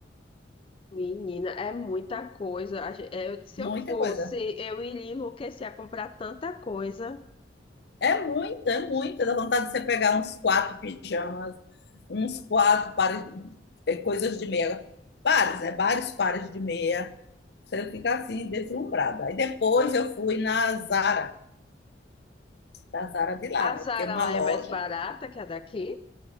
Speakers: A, on the left; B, on the left.
A: Menina, é muita coisa. A gen- eu- se
B: Muita
A: eu fosse,
B: coisa.
A: eu iria enlouquecer a comprar tanta coisa.
B: É muita, é muita. Dá vontade de você pegar uns quatro pijamas, uns quatro pares, eh, coisas de meia. Pares, né? Vários pares de meia. Você fica assim, deslumbrada. Aí depois eu fui na Zara, da Zara de lá,
A: A
B: né?
A: Zara
B: Porque uma
A: lá
B: loja
A: é mais barata que a daqui.